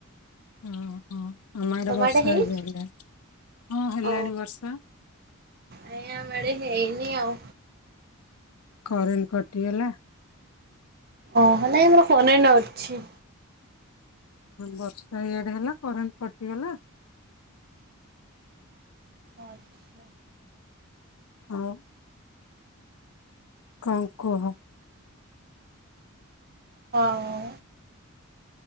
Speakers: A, on the left; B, on the right.
A: ହଁ ହଁ। ଆମ ଆଡେ
B: ତମ
A: ବର୍ଷା
B: ହେଇଛି?
A: ହେଲାଣି ବର୍ଷା ହଁ ହେଲାଣି
B: ଓ
A: ବର୍ଷା।
B: ନାଇଁ ଆମ ଆଡ଼େ ହେଇନି ଆଉ।
A: କରେଣ୍ଟ କଟିଗଲା।
B: ଓହ ନାଇଁ ଆମର କରେଣ୍ଟ ଅଛି।
A: ବର୍ଷା ଇଆଡେ ହେଲା କରେଣ୍ଟ କଟିଗଲା।
B: ଆଚ୍ଛା।
A: ହଉ। କଣ କୁହ।
B: ହଁ